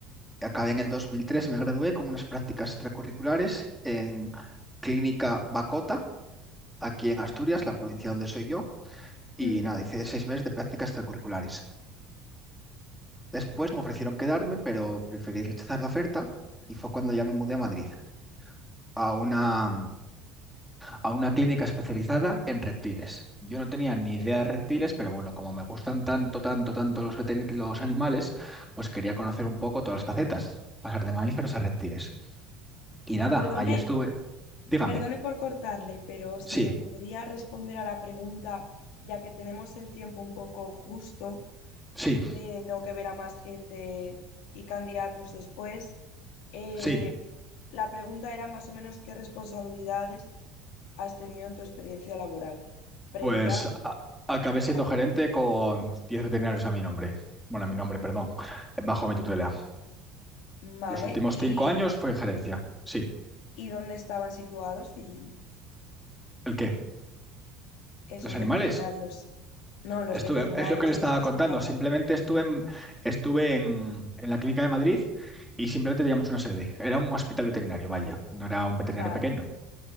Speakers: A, in the centre; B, on the left.
A: Acabé en el dos mil tres me gradué con unas prácticas extracurriculares en Clínica Bacota, aquí en Asturias, la provincia donde soy yo, y
B: Mm.
A: nada, hice seis meses de prácticas extracurriculares. Después me ofrecieron quedarme, pero preferí rechazar la oferta y fue cuando ya me mudé a Madrid, a una, a una clínica especializada en reptiles. Yo no tenía ni idea de reptiles, pero bueno, como me gustan tanto, tanto, tanto los, veterin- los animales, pues quería conocer un poco todas las facetas, pasar de mamíferos a reptiles. Y nada,
B: Perdone,
A: ahí estuve. Dígame.
B: Perdone por cortarle, pero si
A: Sí,
B: me podría responder a la pregunta, ya que tenemos el tiempo un poco justo,
A: sí,
B: eh, tengo que ver a más gente y candidatos después. Eh,
A: sí.
B: la pregunta era más o menos qué responsabilidades has tenido en tu experiencia laboral previa
A: Pues a- acabé siendo
B: a esto.
A: gerente con 10 veterinarios a mi nombre. Bueno, a mi nombre, perdón. Bajo mi tutela.
B: Vale,
A: Los últimos
B: y,
A: cinco años fue gerencia. Sí.
B: y dónde estaban situados y
A: ¿El qué?
B: esos
A: ¿Los animales?
B: veterinarios, no, los
A: Estuve,
B: veterinarios
A: es lo que le
B: de
A: estaba
B: los que estaba
A: contando.
B: a cargo.
A: Simplemente estuve en, estuve en, en la clínica de Madrid y simplemente teníamos una sede. Era un hospital veterinario, vaya. No era un veterinario
B: Vale,
A: pequeño.